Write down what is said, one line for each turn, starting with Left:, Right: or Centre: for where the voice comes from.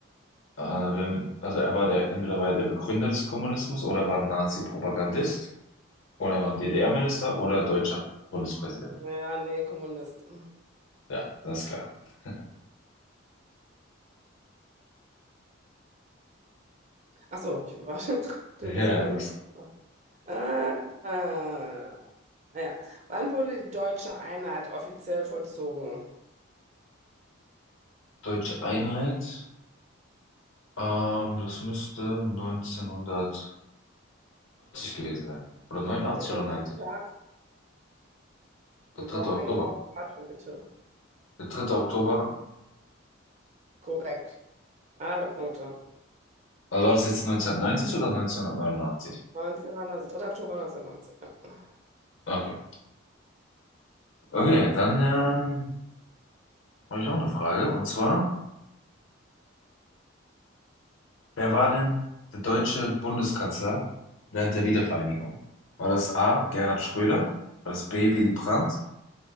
Left: Äh, wir haben, also er war der, entweder war er der Begründer des Kommunismus oder er war ein Nazi-Propagandist oder er war ein DDR-Minister oder deutscher Bundespräsident.
Right: Naja, nee, Kommunist.
Left: Ja, das ist klar. <laughs>
Right: Ach so, ich war, <laughs> du
Left: Ja,
Right: bist ja dran.
Left: das ist
Right: Ah, ah. ja. Wann wurde die deutsche Einheit offiziell vollzogen?
Left: deutsche Einheit. Ähm, das müsste neunzehnhundertneunzig gewesen sein. Oder 89
Right: Und
Left: oder
Right: an
Left: 90.
Right: welchem Tag?
Left: Der
Right: Wir
Left: dritte
Right: brauchen
Left: Oktober.
Right: ein genaues Datum, bitte.
Left: Der dritte Oktober.
Right: Korrekt. Alle Punkte.
Left: Also war das jetzt neunzehnhundertneunzig oder neunzehnhundertneunundachtzig?
Right: 19, 19, 3. Oktober 1919. Ja.
Left: Okay. Okay, dann ähm, habe ich auch eine Frage. Und zwar, wer war denn der deutsche Bundeskanzler während der Wiedervereinigung? War das A.
Right: Aha.
Left: Gerhard Schröder? War das B. Willy Brandt?